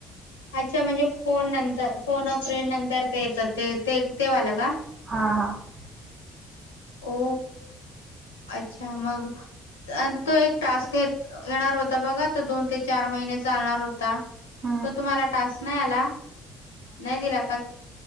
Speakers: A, on the left; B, on the right.
A: अच्छा म्हणजे फोन फोन ऑपरेंट नंतर ते येतात ते ते तेवाल का
B: हा हा <unintelligible>
A: ओ अच्छा मग आणि तो एक टास्क येणार होता बघा त दोन ते चार महिने चालणार हो- तर
B: हम्म
A: तुम्हाला टास्क नाही आला नाही दिला का